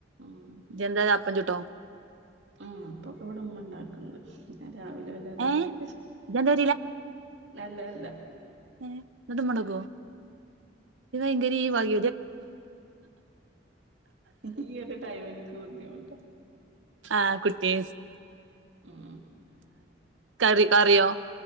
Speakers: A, on the right; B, on the right.
A: ഉം
B: ജനതയെ അപ്പം ചുട്ടോ
A: ഉ അപ്പൊക്കെ ഇവിടെമ്മ ഇണ്ടാക്കണ്ട് ഞാൻ രാവിലെ വല്ലാതെടുക്ക
B: ഏഹ് ഇജ്ജന്റെ
A: നല്ല നല്ല
B: ഏ ഇട്ട മുടക്കുവോ ങ്കരി ഇവക
A: ഈ ഒരു ടൈം എനിക്ക് ബുദ്ധിമുട്ട
B: ആ കുട്ടീ
A: ഉം
B: കറി കറിയോ